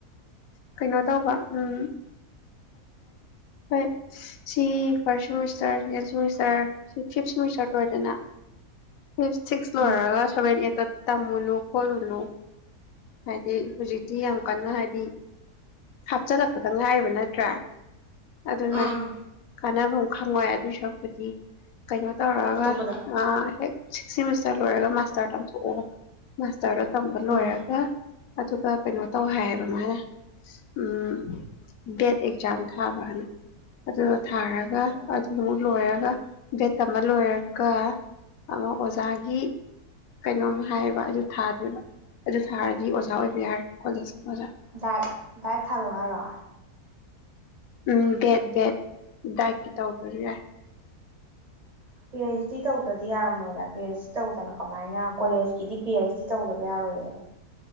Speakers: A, on the left (about 65°); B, on the right (about 25°).
A: ꯀꯩꯅꯣ ꯇꯧꯕ ꯎꯝ ꯍꯣꯏ ꯁꯤ ꯐꯥꯔꯁ ꯁꯦꯃꯤꯁꯇꯔ ꯁꯦꯀꯦꯟ ꯁꯦꯃꯤꯁꯇꯔ ꯁꯤ ꯐꯤꯞ ꯁꯦꯃꯤꯁꯇꯔ ꯂꯣꯏꯔꯦꯗꯅ ꯐꯤꯐ ꯁꯥꯛꯁ ꯂꯣꯏꯔꯒ
B: ꯎꯝ
A: ꯁꯕꯦꯟ ꯑꯦꯠ ꯇ ꯇꯝꯃꯨꯅꯨ ꯈꯣꯠꯂꯨꯅꯨ ꯍꯥꯏꯗꯤ ꯍꯧꯖꯤꯛꯇꯤ ꯌꯥꯝ ꯀꯟꯅ ꯍꯥꯏꯗꯤ ꯍꯥꯞꯆꯤꯜꯂꯛꯄꯗ ꯉꯥꯏꯔꯤꯕ ꯅꯠꯇ꯭ꯔꯥ ꯑꯗꯨꯅ
B: ꯑꯥ ꯑꯥ
A: ꯀꯥꯅꯕꯝ ꯈꯪꯉꯣꯏ ꯑꯗꯨꯏ ꯁꯔꯨꯛꯄꯨꯗꯤ ꯀꯩꯅꯣ ꯇꯧꯔꯒ
B: ꯑꯇꯣꯞꯄꯗ
A: ꯑ ꯍꯦꯛ ꯁꯤꯛꯁ ꯁꯦꯃꯤꯁꯇꯔ ꯂꯣꯏꯔꯒ ꯃꯥꯁꯇꯔ ꯇꯝꯊꯣꯛꯑꯣ ꯃꯥꯁꯇꯔ ꯇꯝꯕ ꯂꯣꯏꯔꯒ
B: ꯑꯥ
A: ꯑꯗꯨꯒ ꯀꯩꯅꯣ ꯇꯧ ꯍꯥꯏꯌꯦꯕ ꯃꯥꯅ ꯎꯝ ꯕꯦꯠ ꯑꯦꯛꯖꯥꯝ ꯊꯥꯕ ꯍꯥꯏꯅ ꯑꯗꯨꯒ ꯊꯥꯔꯒ
B: ꯎꯝ
A: ꯑꯗꯨ ꯂꯣꯏꯔꯒ ꯕꯦꯠ ꯇꯝꯕ ꯂꯣꯏꯔꯒ ꯑꯃ ꯑꯣꯖꯥꯒꯤ ꯀꯩꯅꯣꯝ ꯍꯥꯏꯌꯦꯕ ꯑꯗꯨ ꯊꯥꯗꯣꯏꯕ ꯑꯗꯨ ꯊꯥꯔꯗꯤ ꯑꯣꯖꯥ ꯑꯣꯏꯕ ꯌꯥꯔꯦ ꯀꯣꯂꯦꯖ ꯑꯣꯖꯥ
B: ꯗꯥ ꯗꯥꯏꯠ ꯊꯥꯗꯣꯍꯥꯏꯔꯣ
A: ꯎꯝ ꯕꯦꯠ ꯕꯦꯠ ꯗꯥꯏꯇꯤ ꯇꯧꯗ꯭ꯔꯁꯨ ꯌꯥꯏ
B: ꯄꯤ ꯑꯩꯆ ꯗꯤ ꯇꯧꯗ꯭ꯔꯗꯤ ꯌꯥꯔꯝꯃꯣꯏꯗ ꯄꯤ ꯑꯩꯆ ꯗꯤ ꯇꯧꯗꯅ ꯀꯃꯥꯏꯅ ꯀꯣꯂꯦꯖꯀꯤꯗꯤ ꯄꯤ ꯑꯩꯆ ꯗꯤ ꯇꯧꯗꯕ ꯌꯥꯔꯣꯏꯌꯦ